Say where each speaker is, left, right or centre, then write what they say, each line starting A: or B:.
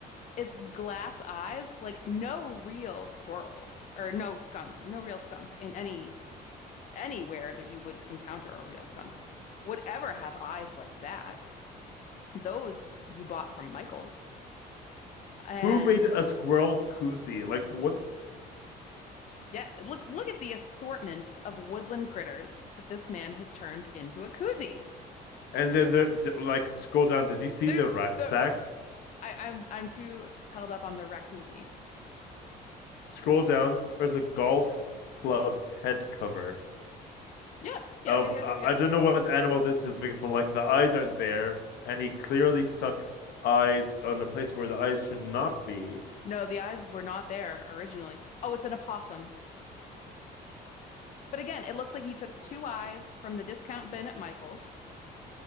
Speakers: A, on the left; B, on the left.
A: its glass eyes. Like no real squirrel or no skunk, no real skunk in any anywhere that you would encounter a real skunk would ever have eyes like that. Those you bought from Michael's. And
B: Who made a squirrel koozie? Like what?
A: Yeah, look look at the assortment of woodland critters that this man has turned into a koozie.
B: And then there, like, scroll down. Did you see
A: There's
B: the rucksack?
A: the I, I'm I'm too held up on the raccoozie.
B: Scroll down. There's a golf club head cover.
A: Yeah, yep,
B: of
A: yep, yep,
B: uh,
A: yep,
B: I
A: yep.
B: don't know what animal this is because like the eyes aren't there, and he clearly stuck eyes on the place where the eyes should not be. <laughs>
A: No, the eyes were not there originally. Oh, it's an opossum. But again, it looks like he took two eyes from the discount bin at Michael's.